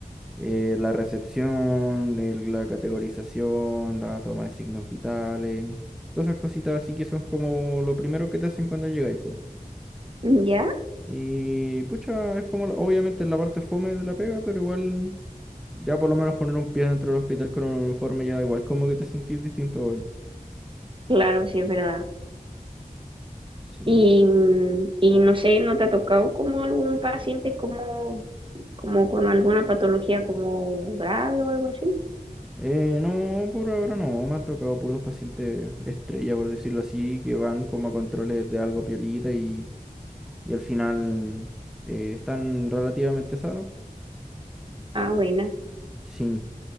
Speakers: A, in the centre; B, on the right.
A: eh, la recepción, el- la categorización, la toma de signos vitales, todas esas cositas así que son como lo primero que te hacen cuando llegáis, po.
B: ¿Ya?
A: Y pucha, es como, la- obviamente es la parte fome de la pega, pero igual... Ya por lo menos poner un pie dentro del hospital con un uniforme ya igual como que te sentís distinto, weón.
B: Claro, sí, es verdad.
A: Sí.
B: Y, mm, y no sé, ¿no te ha tocado como algún paciente como, como con alguna patología como grave o algo así?
A: Eh, no, por ahora no, me han tocado puros pacientes estrella, por decirlo así, que van como a controles de algo piolita y, y al final eh, están relativamente sanos.
B: Ah, buena.
A: Sí.